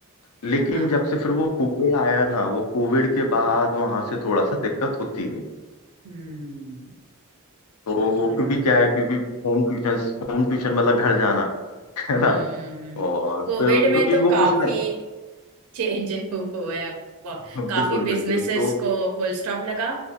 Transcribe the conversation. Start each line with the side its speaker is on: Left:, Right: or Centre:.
Left: लेकिन
Right: हाँ
Left: जब से फिर वो कोविड आया ना वो कोविड के बाद वहां से थोड़ा सा दिक्कत होती गई
Right: हम्म
Left: तो वो
Right: बराबर
Left: क्योंकि क्या है क्योंकि होम ट्यूशन होम ट्यूशन मतलब घर जाना <laughs> है
Right: हम्म
Left: ना और
Right: कोविड
Left: फिर क्योंकि
Right: में तो
Left: वो
Right: काफी
Left: कुछ नहीं
Right: चेंज <laughs> हुए हैं बहुत-
Left: बिल्कुल
Right: काफी बिजनेसेस
Left: बिल्कुल तो
Right: को फुल स्टॉप लगा